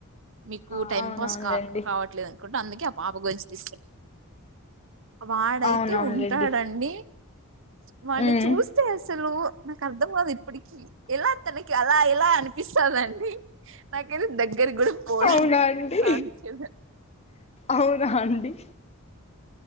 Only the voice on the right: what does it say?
మీకు
టైం
పాస్ కా కావట్లే అందుకే ఆ పాప గురించి తీస్ వాడైతే
ఉంటాడండి వాణ్ని
చూస్తే అసలు నాక్ అర్థం కాదు ఇప్పటికి ఎలా తన అలా ఇలా పిస్తదండి. నాక్ దగ్గర గుడా పొందండి
<inaudible>